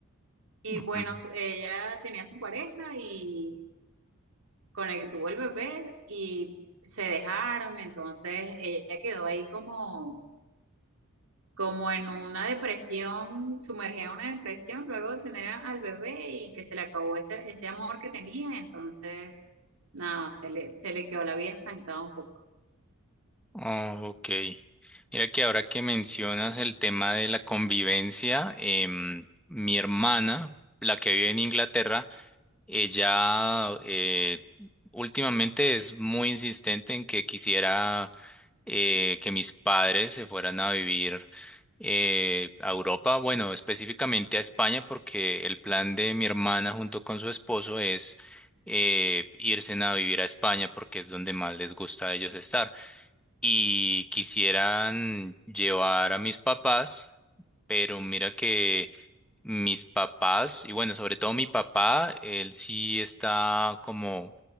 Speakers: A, on the right; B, in the centre.
A: Y
B: Ujú.
A: bueno, su- ella tenía su pareja y con el que tuvo el bebé y se dejaron, entonces ella quedó ahí como, como en una depresión, sumergida en una depresión luego de tener a- al bebé y que se le acabó ese, ese amor que tenía, entonces nada, se le, se le quedó la vida estancada un poco.
B: Ah, ok. Mira que ahora que mencionas el tema de la convivencia, em, mi hermana, la que vive en Inglaterra, Ella eh, últimamente es muy insistente en que quisiera eh, que mis padres se fueran a vivir eh, a Europa, bueno, específicamente a España, porque el plan de mi hermana junto con su esposo es eh, irse a vivir a España porque es donde más les gusta a ellos estar y quisieran llevar a mis papás, pero mira que mis papás, y bueno, sobre todo mi papá, él sí está como